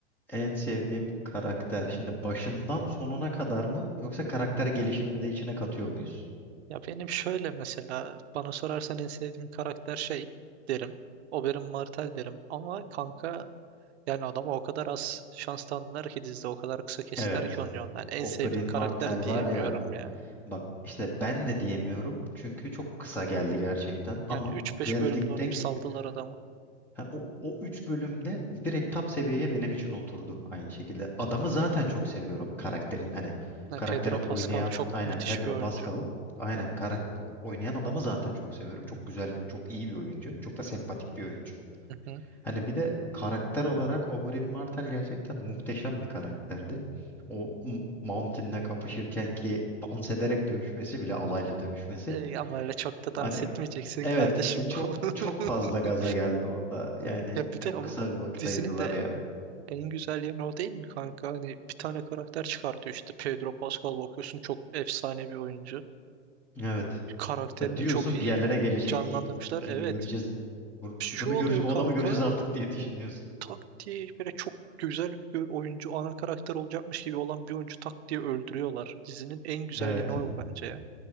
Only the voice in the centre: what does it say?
En sevdiğim karakter. Şimdi başından sonuna kadar mı yoksa karakter gelişimini de içine katıyor muyuz?
Evet.
O
Bryn
Martell
var ya.
Bak işte ben de diyemiyorum çünkü çok kısa geldi gerçekten
ama
geldikten
gidin.
Ha, o, o üç bölümde direkt top seviyeye benim için oturdu aynı şekilde. Adamı zaten çok seviyorum. Karakterin hani
karaktere
oynayan
aynen
Pedro
Pascal aynen karak o- oynayan adamı zaten çok seviyorum. Çok güzel, çok iyi bir oyuncu. Çok da sempatik bir oyuncu.
Hani bir de karakter olarak Oberyn Martell gerçekten muhteşem bir karakterdi. O M- Mountain'le kapışırken ki dans ederek dövüşmesi bile alaylı dövüşmesi.
Hani
Evet
işte çok
çok fazla gaza geldi orada. Yani
çok
kısa bir vakit
ayırdılar
ya.
Evet.
Ya diyorsun
bir yerlere gelecek
iyi bir bir filmi
göreceğiz. Bunu,
bunu
göreceğiz,
bu adamı göreceğiz artık diye düşünüyorsun.
Evet.